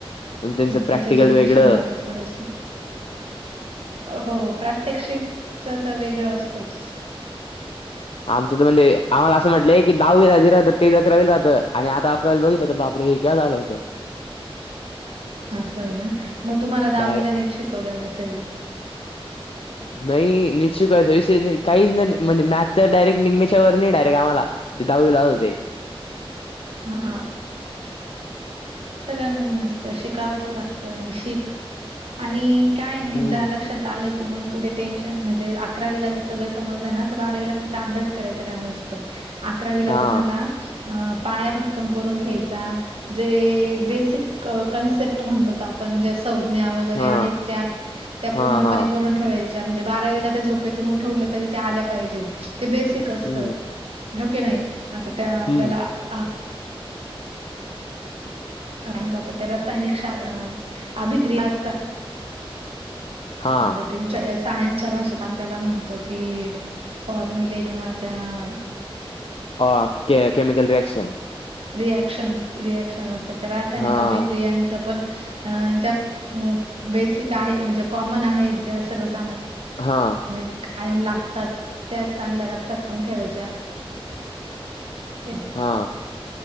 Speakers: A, on the left (about 70°); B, on the right (about 75°).
A: आणि त्याच
B: आत्ताच्या
A: प्रॅक्टिकल
B: जनरेशनला
A: वेगळं
B: ते थोडस अहो प्रात्यक्षिक च त वेगळं असतच
A: आमचं तर म्हणजे, आम्हाला असं म्हटले की दहावी राजी राहतात तेच अकरावीला राहतात आणि आता अकरावीला बघितलं बापरे हे क्या झालं होतं
B: आसं आहे ना, मग तुम्हाला
A: डाय
B: दहावीला नीट शिकवलं नसेल
A: नाही निट शिकवायचा विषय नाही काहीच म्हणजे मैंथ तर डायरेक्ट निम्मेच्या वर नाही डायरेक्ट आम्हाला ते दहावी ला होत ते
B: हा सगळं नवीन असतं शिकावंच लागतं आणि शीख आणि काय ना
A: हम्म
B: एकदा लक्षात आलं की मग पुढे टेन्शन म्हणजे अकरावीला जर सगळं समजलं ना तर बारावीला फक्त अभ्यास करायचं काम असत अकरावीला
A: हा
B: तुम्हाला अ पाया भक्कम करून घ्यायचा जे बेसिक अ कॉन्सेप्ट म्हणतोत आपण जे संज्ञा वगैरे
A: हा
B: आहेत त्या
A: हा
B: पूर्णपने
A: हा
B: करून ठेवायच्या म्हणजे बारावीला त्या झोपतून उठवलं तरी त्या आल्या पाहिजे ते बेसिक असत
A: हम्म
B: हो की नाही आता त्या आपल्याला
A: हम्म
B: आ आनतो आपण ते रासायनिक शा अ अभिक्रिया असतात
A: हां.
B: आता तच्या सायन्सच्या भाषेत आम त्याला म्हणतो कि फॉर्म्युले किंवा त्यान
A: अ के केमिकल रिएक्शन
B: रिएक्शन्स- रिॲक्शन असतात त्या रासायनिक
A: हां,
B: अभिक्रियांच पण अ ज्या मक बेसिक आहे म्हणजे कॉमन आहे ज्या सर्वसामान
A: हा.
B: नि कायम लागतात त्या चांगल्या लक्षात करून ठेवायच्या. के
A: हा